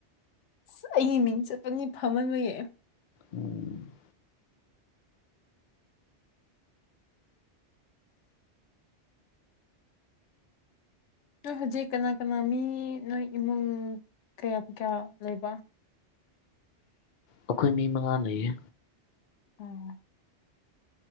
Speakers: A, on the left (about 85°); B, on the left (about 55°).
A: ꯑꯁ ꯑꯩꯒꯤ ꯃꯤꯡ ꯆꯠꯄꯅꯤ ꯐꯝꯃꯟꯕꯒꯤ
B: ꯎꯝ
A: ꯅꯣꯏ ꯍꯧꯖꯤꯛ ꯀꯅꯥ ꯀꯅꯥ ꯃꯤ ꯅꯣꯏ ꯏꯃꯨꯡ ꯀꯌꯥꯝ ꯀꯌꯥ ꯂꯩꯕ
B: ꯑꯩꯈꯣꯏ ꯃꯤ ꯃꯉꯥ ꯂꯩꯌꯦ
A: ꯎꯝ